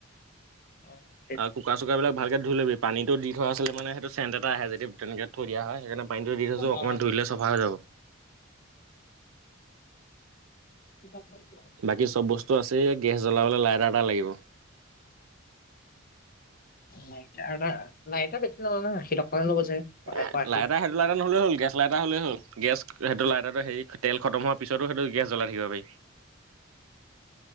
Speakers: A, on the left; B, on the right.
A: অহ'।
B: আৰু কুকাৰ চুকাৰ বিলাক ভালকে ধুই লবি পানীটো দি থোৱা আছিলে মানে সেইটো চেন্ট এটা যদি তেনেকে থৈ দিয়া হয়, সেইকাৰণে পানীটো দি থৈছো, অকণমান
A: অ
B: ধুই দিলে চফা হৈ যাব।
A: <unintelligible>
B: বাকী চব বস্তু আছেই গেছ জ্বলাবলৈ লাইটাৰ এটা লাগিব।
A: লাইটাৰ এটা, লাইটাৰ বেছি নলয় ন আশী টকা মান হে ল'ব চাগে।
B: এ
A: এশ আশী।
B: লাইটাৰ হে। লাইটাৰ নহলেও হল গেছ লাইটাৰ হ'লে হ'ল গেছ সেইটো লাইটাৰটো হেৰি তেল খতম হোৱাৰ পিছতো সেইটো গেছ জ্বলাই থাকিব পাৰি।